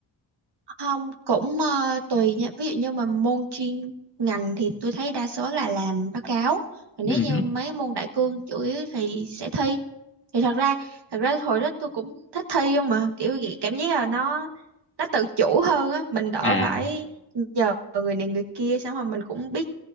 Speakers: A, on the right; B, on the left.
A: Không, cũng ờ, tùy nha. Ví dụ như mà môn chuyên ngành thì tôi thấy đa số là làm báo cáo. Còn
B: ừ
A: nếu
B: hứ.
A: như mấy môn đại cương chủ yếu thì sẽ thi. thì thật ra thật ra hồi đó tôi cũng thích thi không mà kiểu vậy cảm giác là nó nó tự chủ hơn á mình đỡ
B: à
A: phải nhờ người này người kia xong rồi mình cũng biết